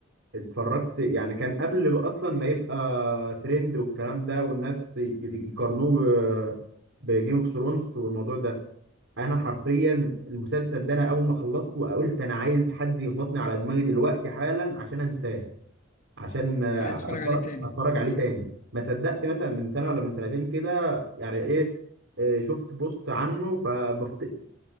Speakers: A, on the right; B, on the left.
A: اتفرجت يعني كان قبل بقى اصلا ما يبقى ترند والكلام ده والناس ي- يقارنوه بجيم اوف ثرونز والموضوع ده انا حرفيا المسلسل ده انا اول ما خلصته وقلت انا عايز حد يخبطني على دماغي دلوقتي حالا عشان انساه عشان آه،
B: عايز
A: أتفر-
B: تتفرج عليه تاني
A: اتفرج عليه تاني ما صدقت مثلا من سنه ولا من سنتين كده يعني ايه آه، شفت بوست عنه فبفتكر